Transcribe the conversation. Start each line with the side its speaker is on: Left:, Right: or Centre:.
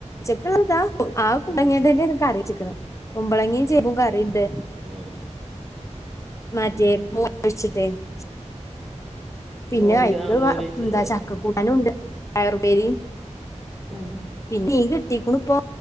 Left: ചെക്കാ ആ കുടങ്ങിട്ട
Centre: ഉം
Left: എനക്ക് അറിയാം <inaudible> <unintelligible> കുമ്പളങ്ങയും ചേമ്പും കറിണ്ട്-
Centre: ഉം
Left: മറ്റിയേ
Centre: ഉം
Left: ഒഴിച്ചിട്ടേ <unintelligible> പിന്നെ
Centre: മോര്
Left: ഐക്ക്
Centre: ആഹ് മോരൊഴിച്ചുള്ള
Left: വ എന്താ
Centre: കറി
Left: ചക്ക കുട്ടാനുണ്ട് പയറുപ്പേരി
Centre: ഉം
Left: പിന്നെ നീൻ കിട്ടീക്ക്ണു ഇപ്പോ